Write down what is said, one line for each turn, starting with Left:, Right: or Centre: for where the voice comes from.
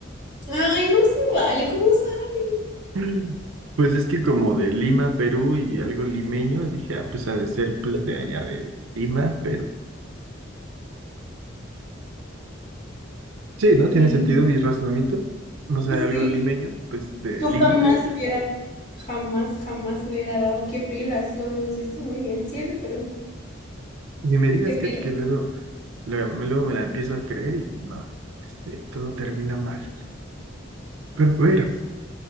Left: Ay, no se vale. ¿Cómo sabe?
Right: Mm. Pues es que como de Lima, Perú y algo limeño, dije, ah, pues ha de ser pues de allá de Lima, Perú. Sí, ¿no?
Left: Lim-
Right: ¿Tiene sentido mi razonamiento? O sea, algo
Left: Sí,
Right: limeño, pues de
Left: yo
Right: Lima.
Left: jamás hubiera, jamás, jamás hubiera dado. Qué pilas, lo deduciste muy bien. Sí, es de Perú.
Right: Ni me digas
Left: Qué pilas.
Right: que, que luego, la- luego me la empiezo a creer y no, este, todo termina mal. Pero a ver,